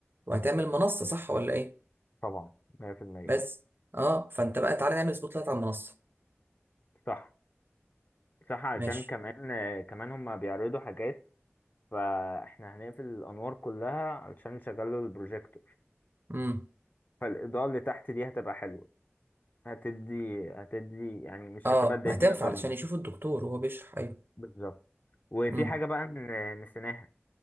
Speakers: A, on the right (about 50°); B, on the left (about 40°).
A: وهتعمل منصة صح ولا ايه
B: طبعا 100%
A: بس اه فانت بقى تعالى نعمل سبوت لايت على المنصة
B: صح صح علشان
A: ماشي
B: كمان آه، كمان هما بيعرضوا حاجات فاحنا هنقفل الأنوار كلها علشان نشغلوا البروجيكتور
A: امم
B: فالإضاءة اللي تحت دي هتبقى حلوة هتدي هتدي يعني مش
A: اه
B: هتبقى الدنيا
A: وهتنفع
B: ضلمة
A: علشان يشوف الدكتور وهو بيشرح ايوه
B: بالظبط وفي
A: امم
B: حاجة بقى ن- نسيناها